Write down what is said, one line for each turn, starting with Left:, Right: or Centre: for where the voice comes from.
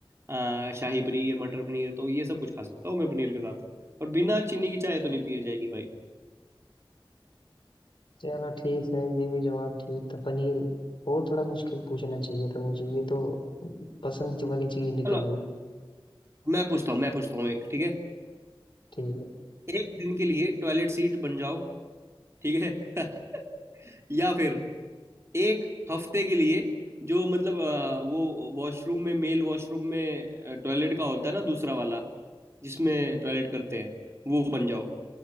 Right: अ, शाही पनीर मटर पनीर तो ये सब कुछ खा सकता हूँ मैं पनीर के साथ पर बिना चीनी की चाय तो नहीं पिए जाएगी भाई
Left: चलो ठीक है ये भी जवाब ठीक था पनीर और थोड़ा मुश्किल पूछना चाहिए था मुझे ये तो पसंद वाली चीज निकल
Right: चलो
Left: गई
Right: मैं पूछता हूँ मैं पूछता हूँ एक ठीक है
Left: ठीक
Right: एक दिन के लिए टॉयलेट सीट बन जाओ ठीक है <laughs> या फिर एक हफ्ते के लिए जो मतलब अ, वो वॉशरूम में मेल वॉशरूम में टॉयलेट का होता है ना दूसरा वाला जिसमें टॉयलेट करते हैं वो बन जाओ